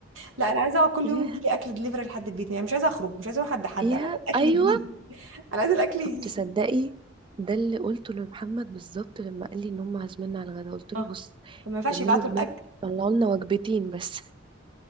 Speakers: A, on the right; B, on the right.
A: لا انا عايزه اقعد كل
B: يا
A: يوم يجي لي اكل دليفري لحد البيت يعني مش عايزه اخرج مش عايزه اروح عند حد
B: يا
A: انا عايزه الاكل
B: ايوه
A: يجي لي انا عايزه الاكل يجي
B: طب تصدقي
A: لي
B: ده اللي قلته لمحمد بالظبط لما قال لي ان هم عازميننا على الغدا قلت له
A: اه
B: بص
A: ما ينفعش
B: كملوا
A: يبعتوا
B: جمل
A: الاكل
B: طلعوا لنا وجبتين بس